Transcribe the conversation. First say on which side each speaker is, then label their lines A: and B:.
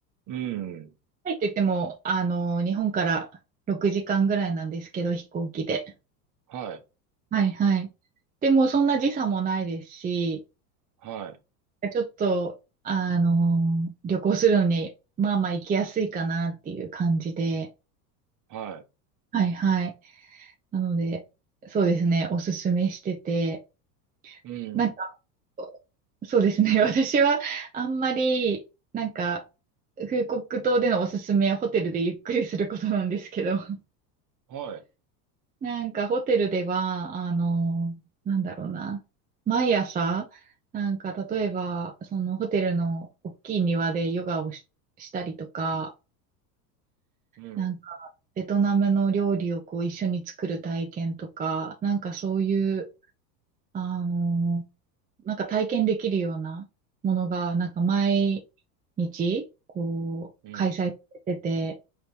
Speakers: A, on the right (about 40°); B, on the right (about 15°).
A: うん。
B: 近いといっても、あの、日本から6時間ぐらいなんですけど、飛行機で。
A: はい。
B: はいはい。でも、そんな時差もないですし、
A: はい。
B: ちょっと、あの、旅行するのに、まあまあ行きやすいかなっていう感じで。
A: は
B: はいはい。なので、そうですね、おすすめしてて。
A: い。うん。
B: なんか、そうですね。<laughs> 私はあんまり、なんか、フーコック島でのおすすめはホテルでゆっくりすることなんですけど、<laughs>
A: はい。
B: なんかホテルでは、あの、なんだろうな、毎朝、なんか例えば、そのホテルの大きい庭でヨガをし、したりとか、
A: うん。
B: なんかベトナムの料理をこう一緒に作る体験とか、なんかそういう、あのなんか体験できるようなものが、なんか毎日、こう、
A: うん。
B: 開催されてて、